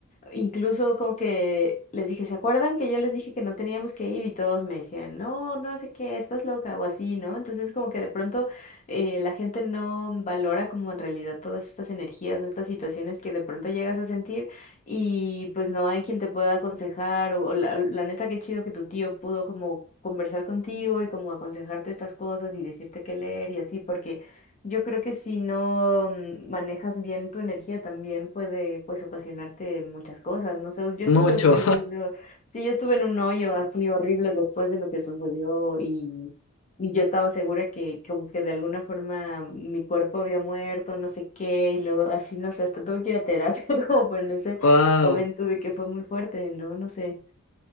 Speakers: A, on the left; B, on the left.
A: Incluso como que les dije, ¿se acuerdan que yo les dije que no teníamos que ir? Y todos me decían, no, no sé qué, estás loca o así, ¿no? Entonces como que de pronto eh, la gente no valora como en realidad todas estas energías o estas situaciones que de pronto llegas a sentir y pues no hay quien te pueda aconsejar o, o la, la neta qué chido que tu tío pudo como conversar contigo y como aconsejarte estas cosas y decirte qué leer y así, porque yo creo que si no mm, manejas bien tu energía también puede pues ocasionarte muchas cosas, ¿no? sé, yo
B: <laughs> Mucho.
A: estuve, por ejemplo, sí yo estuve en un hoyo así horrible después de lo que sucedió y, y yo estaba segura que como que de alguna forma mi cuerpo había muerto, no sé qué, y luego así, no sé, hasta tuve que ir a terapia <laughs> como por en ese
B: <laughs> wow.
A: momento de que fue muy fuerte, ¿no? No sé.